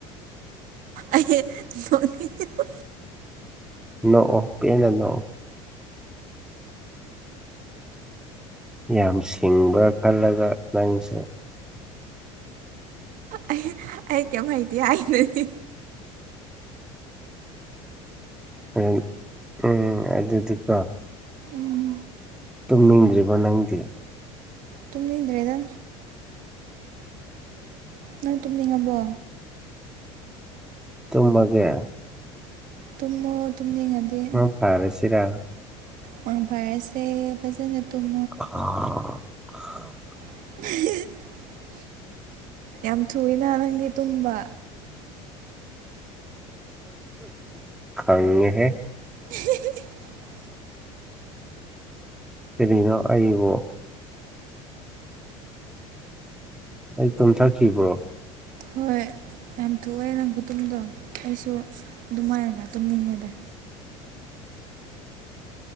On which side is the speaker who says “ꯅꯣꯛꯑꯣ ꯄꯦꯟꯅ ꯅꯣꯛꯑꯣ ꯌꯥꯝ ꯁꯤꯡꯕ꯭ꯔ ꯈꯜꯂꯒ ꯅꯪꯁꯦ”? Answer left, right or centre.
Centre